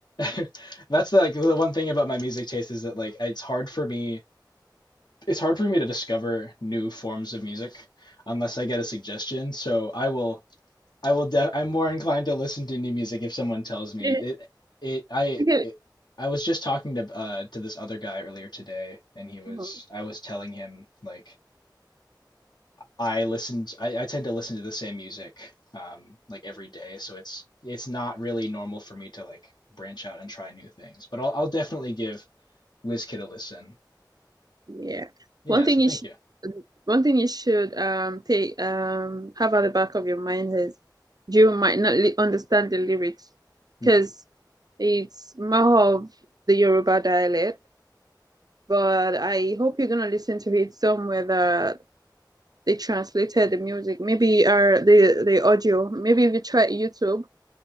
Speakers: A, on the left (about 65°); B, on the right (about 55°).
A: <laughs> That's like the one thing about my music taste is that like it's hard for me it's hard for me to discover new forms of music unless I get a suggestion. So I will I will def I'm more inclined to listen to new music if someone tells me.
B: Yeah.
A: It it I
B: Okay.
A: it, I was just talking to uh to this other guy earlier today and he was
B: Oh,
A: I was telling him like I listened I, I tend to listen to the same music um like every day so it's it's not really normal for me to like branch out and try new things but I'll I'll definitely give WizKid a listen.
B: yeah.
A: Yeah,
B: One thing
A: so
B: you
A: thank
B: should,
A: you.
B: one thing you should um take um have at the back of your mind is you might not li understand the lyrics
A: Mhm.
B: because it's more of the Yoruba dialect, but I hope you're gonna listen to it somewhere that they translated the music. Maybe or the the audio. Maybe if you try YouTube.